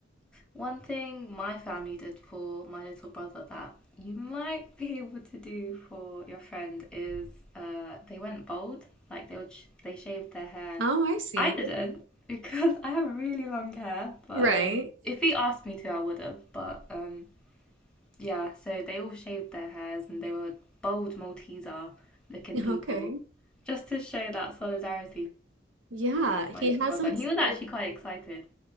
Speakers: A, in the centre; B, on the right.
A: One thing my family did for my little brother that you might be able to do for your friend is uh they went bald. Like they would sh they shaved their hair.
B: Oh, I see.
A: I didn't <laughs> because I have really long hair, but
B: Right.
A: um if he asked me to, I would have, but um Yeah, so they all shaved their hairs and they were bold Malteser looking
B: Yeah,
A: people
B: Okay.
A: just to show that solidarity
B: Yeah,
A: for my
B: he
A: little
B: hasn't
A: brother. And
B: started.
A: he was actually quite excited.